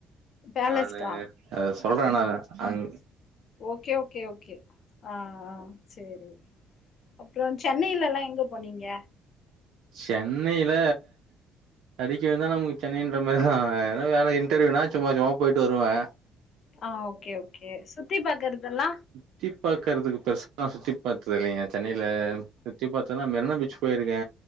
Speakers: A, on the left; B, on the right.
A: பேலஸ்கா
B: நானு அது சொல்றே நா அங்
A: ஓகே ஓகே ஓகே ஆ ஆ சேரி அப்றோ சென்னைலலா எங்க போனீங்க
B: சென்னைல தடிக்கி விழுந்தா நமக்கு சென்னைன்ற மார்தா ஏனா வேல இன்டர்வியூனா சும்மா சும்மா போய்ட்டு வருவே
A: ஆ ஓகே ஓகே சுத்தி பாக்கர்தெல்லா
B: சுத்தி பாக்கர்துக்கு பெருசா நா சுத்தி பாத்தில்லைங்க சென்னைல சுத்தி பாத்தன்னா மெரினா பீச் போய்ருக்கே